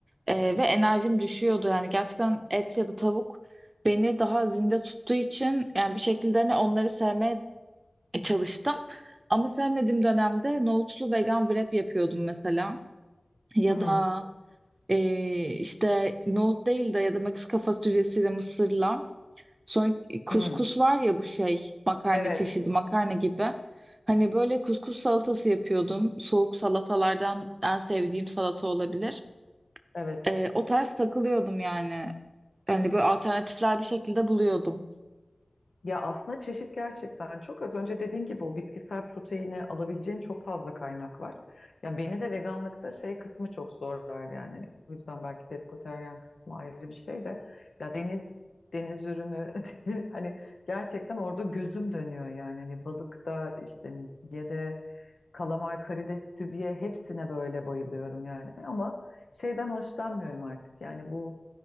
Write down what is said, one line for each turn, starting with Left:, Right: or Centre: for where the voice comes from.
Right: Ee, ve enerjim düşüyordu. Yani gerçekten et ya da tavuk beni daha zinde tuttuğu için yani bir şekilde hani onları sevmeye e, çalıştım. Ama sevmediğim dönemde nohutlu vegan wrap yapıyordum mesela. Ya
Left: Hı hı.
Right: da e, işte nohut değil de ya da Meksika fasulyesiyle mısırla. Sonra kuskus
Left: Hı.
Right: var ya bu şey makarna
Left: Evet.
Right: çeşidi makarna gibi. Hani böyle kuskus salatası yapıyordum. Soğuk salatalardan en sevdiğim salata olabilir.
Left: Evet.
Right: E, o tarz takılıyordum yani. Hani böyle alternatifler bir şekilde buluyordum.
Left: Ya aslında çeşit gerçekten çok az önce dediğin gibi o bitkisel proteini alabileceğin çok fazla kaynak var. Ya beni de veganlıkta şey kısmı çok zorlar yani. Hani bu yüzden belki pesketeryan kısmı ayrı bir şey de. Ya deniz deniz ürünü <laughs> hani gerçekten orada gözüm dönüyor yani. Hani balıkta işte midyede kalamar, karides, sübye hepsine böyle bayılıyorum yani. Ama şeyden hoşlanmıyorum artık yani bu